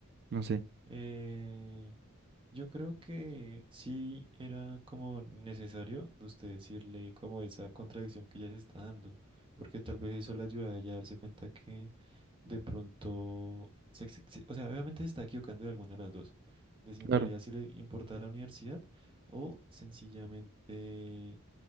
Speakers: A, on the right; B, on the right.
A: No sé.
B: Eh, yo creo que sí era como necesario de usted decirle como esa contradicción que ella se está dando, porque tal vez eso le ayuda a ella a darse cuenta que de pronto, se ex- se- o sea, obviamente se está equivocando de alguna de las dos, de si
A: Claro,
B: en realidad sí le importaba la universidad o sencillamente